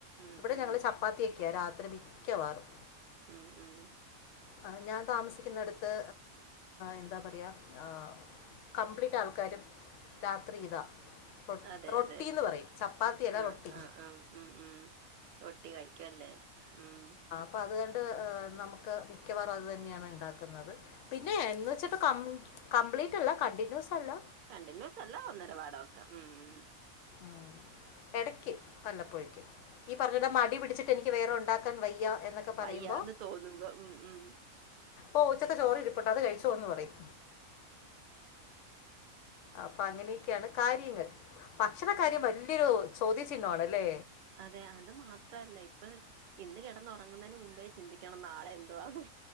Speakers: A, on the right; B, on the left.
A: ഉം
B: ഇവിടെ
A: ഉം
B: ഞങ്ങള് ചപ്പാത്തി ഒക്കെയാ രാത്രി മിക്കവാറും
A: ഉം ഉം
B: ആഹ് ഞാൻ താമസിക്ക്ന്നേട്ത്ത് എന്താ പറയാ ആഹ് കംപ്ലീറ്റ് ആള്ക്കാരും രാത്രി ഇതാ റൊ
A: അതെ
B: റൊട്ടിന്ന്
A: അതെ
B: പറയും ചപ്പാത്തി അല്ല
A: ആഹ്
B: റൊട്ടി
A: ആഹ് ആഹ് ഉം ഉം തൊട്ടി കഴിക്കല്ലേ ഉം
B: പ്പ അത്കണ്ട് നമുക്ക് മിക്കവാറും അത് തന്നെയാണ് ഇണ്ടാക്കുന്നത് പിന്നെ എന്ന് വെച്ചിട്ട് കം കംപ്ലീറ്റല്ല കണ്ടിന്യൂസ് അല്ല
A: കണ്ടിന്യൂസല്ല ഒന്നര പാടൊക്കെ ഉം
B: ആഹ് എടക്ക് വല്ലപ്പോഴും ഒക്കെ ഈ പറഞ്ഞ ലെ മടി പിടിച്ചിട്ട് എനിക്ക് വേറെ ഉണ്ടാക്കാൻ വയ്യ എന്നൊക്കെ പറയ്മ്പോ
A: വയ്യാന്ന് തോന്നുമ്പോ ഉം ഉം
B: ഓഹ് ഉച്ചത്തെ ചോറ് ഇരിപ്പുട്ട് അത് കഴിച്ചോന്ന് പറയും അപ്പൊ അങ്ങനെയൊക്കെയാണ് കാര്യങ്ങൾ ഭക്ഷണ കാര്യം വല്യൊരു ചോദ്യ ചിഹ്നമാണ് ല്ലേ?
A: അതെ അത് മാത്രല്ല ഇപ്പ ഇന്ന് കിടന്ന് ഒറങ്ങുന്നതിന് മുമ്പേ ചിന്തിക്കണം നാളെ എന്തുവാന്ന്